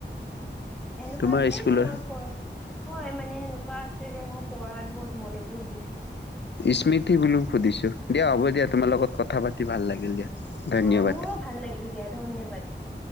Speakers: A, in the centre; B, on the left.
A: সেনেকুৱা
B: তোমাৰ
A: আছে
B: স্কুলৰ
A: যে মই পো হয় মানে সেনেকুৱা আছে যে মই পঢ়াত বহুত মনোযোগ দিছো।
B: স্মৃতি বুলিও সুধিছো দিয়া হ'ব দিয়া তোমাৰ লগত কথা পাতি ভাল লাগিল দিয়া। ধন্যবাদ
A: অ, মোৰো ভাল লাগিল দিয়া ধন্যবাদ দিয়া।